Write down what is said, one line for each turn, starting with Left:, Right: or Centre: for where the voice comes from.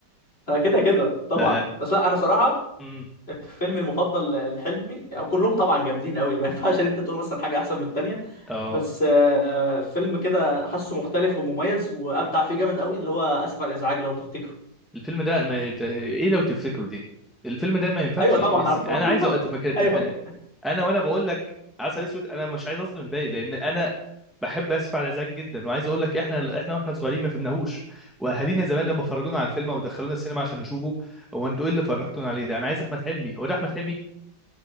Left: انا كده كده طبعا
Centre: ف-
Left: بس لا انا صراحه
Centre: مم.
Left: الفيلم المفضل لحلمي كلهم طبعا جامدين قوي ما ينفعش ان انت تقول مثلا حاجه احسن من التانيه
Centre: اه
Left: بس آه، فيلم كده حاسه مختلف ومميز وابدع فيه جامد قوي اللي هو اسف على الازعاج لو تفتكره
Centre: الفيلم ده ما يت- ايه لو تفتكروا دي الفيلم ده ما ينفعش
Left: ايوه
Centre: يتنسي
Left: طبعا عارفه
Centre: انا عايز أ- أتفك...
Left: <laughs>
Centre: أتف...
Left: ايوه
Centre: انا وانا بقول لك عسل اسود انا مش عايز اظلم الباقي لان انا بحب اسف على الازعاج جدا وعايز اقول لك احنا احنا واحنا صغيرين ما فهمناهوش واهالينا زمان لما فرجونا على الفيلم ودخلونا السينما عشان نشوفه هو انتوا ايه اللي فرجتونا عليه ده انا عايز احمد حلمي هو ده احمد حلمي